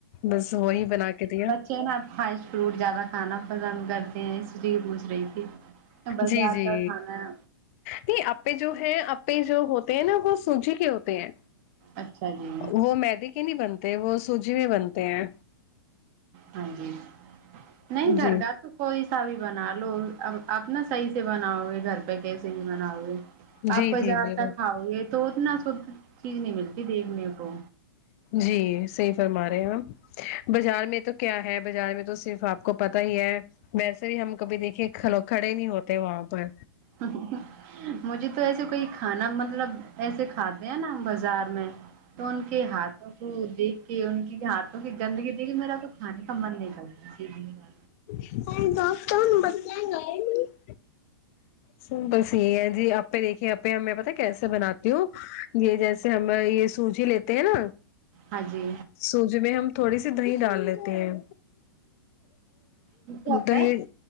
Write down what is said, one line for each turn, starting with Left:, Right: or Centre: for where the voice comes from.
Left: بس وہی بنا کے دیا
Right: کیا آپ فسٹ فروٹ زیادہ کھانا پسند کرتے ہیں اس لیے پوچھ رہی تھی بازار
Left: جی جی
Right: کا کھانا
Left: نہیں اپے جو ہے اپے جو ہوتے ہیں نا وہ سوجی کے ہوتے ہیں
Right: اچھا جی
Left: وہ میدے کے نہیں بنتے وہ سوجی میں بنتے ہیں
Right: ہاں جی نہیں
Left: جی
Right: گھر کا تو کوئی سا بھی بنا لو اب آپ نا صحیح سے بناؤ گے گھر پہ کیسے بھی بناؤ گے
Left: جی
Right: آپ بازار
Left: جی بالکل
Right: کا کھاؤ گے تو اتنا شدھ چیز نہیں ملتی دیکھنے کو
Left: جی صحیح فرما رہے ہیں آپ بازار نے تو کیا ہے بازار میں تو صرف آپ کو پتہ ہی ہے ویسے بھی ہم کبھی دیکھیے کھلو کھڑے نہیں ہوتے وہاں پر
Right: <unintelligible> مجھے تو ایسے کوئی کھانا مطلب ایسے کھاتے ہیں نا بازار میں تو ان کے ہاتھوں کو دیکھ کے ان کے ہاتھوں کی گندگی دیکھ کے میرا تو کھانے کا من نہیں کرتا <unintelligible>
Left: <unintelligible> س بس یہی ہے جی آپے دیکھیے اپے ہم میں پتا ہے کیسے بناتی ہوں یہ جیسے ہم یہ سوجی لیتے ہیں نا
Right: ہاں جی
Left: سوجی میں ہم تھوڑی سی دہی ڈال لیتے ہیں
Right: کیا ہوتا
Left: دہی
Right: ہے